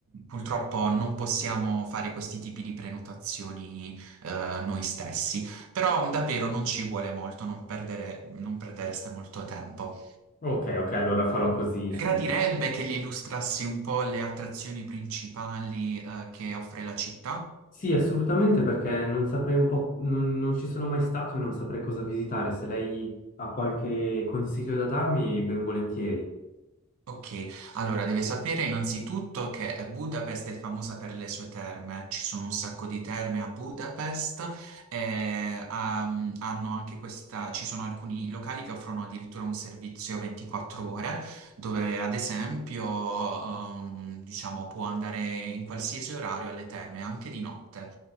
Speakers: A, on the right; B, on the left.
A: purtroppo non possiamo fare questi tipi di prenotazioni eh, noi stessi, però davvero non ci vuole molto, non perdere, non perdereste molto tempo.
B: Ok, ok, allora farò così, sì.
A: Gradirebbe che gli illustrassi un po' le attrazioni principali eh, che offre la città.
B: Sì, assolutamente, perché non saprei un po', non, non ci sono mai stato e non saprei cosa visitare. Se lei ha qualche consiglio da darmi, ben volentieri.
A: Ok, allora deve sapere innanzitutto che Budapest è famosa per le sue terme, ci sono un sacco di terme a Budapest, e, um, hanno anche questa, ci sono alcuni locali che offrono addirittura un servizio 24 ore, dove ad esempio, um, diciamo, può andare in qualsiasi orario alle terme, anche di notte.